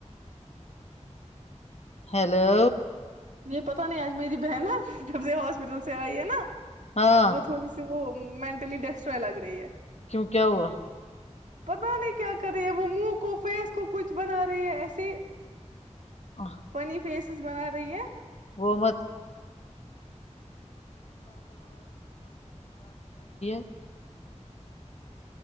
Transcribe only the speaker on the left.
ہیلو
ہاں
کیوں کیا ہوا
آہ،
بومت <unintelligible> ہ <unintelligible>